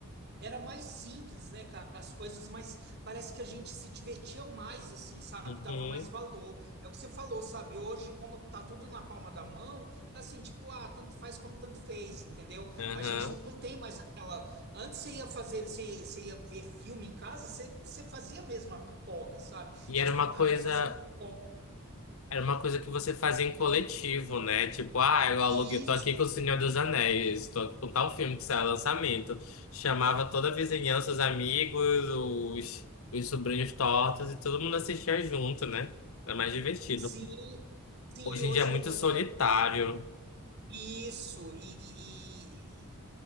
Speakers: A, on the right; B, on the left.
A: era mais simples, né, cara? As coisas, mas parece que a gente se divertia mais, assim, sabe?
B: Uhum,
A: Dava mais valor. É o que você falou, sabe? Hoje, como tá tudo na palma da mão, assim, tipo, ah, tanto faz como tanto fez, entendeu?
B: aham.
A: A gente não tem mais aquela. Antes você ia fazer, você, você ia ver filme em casa, você, você fazia mesmo a pipoca, sabe? Você,
B: E era
A: tipo,
B: uma
A: ah,
B: coisa,
A: vou fazer a pipoca.
B: era uma coisa que você fazia em coletivo, né? Tipo, ah, eu aluguei,
A: Isso!
B: tô aqui com o Senhor dos Anéis, tô aqui com tal filme que saiu lançamento. Chamava toda a vizinhança, os amigos, os, os sobrinhos tortos, e todo mundo assistia junto, né? Era mais divertido.
A: Sim, sim,
B: Hoje
A: hoje,
B: em dia é muito
A: hoje,
B: solitário.
A: é- hoje é todo isso, e, e- e-